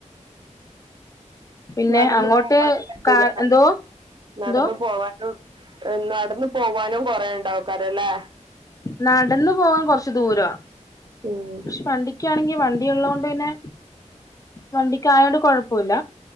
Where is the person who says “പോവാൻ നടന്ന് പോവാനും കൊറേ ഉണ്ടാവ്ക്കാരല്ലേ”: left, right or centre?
Right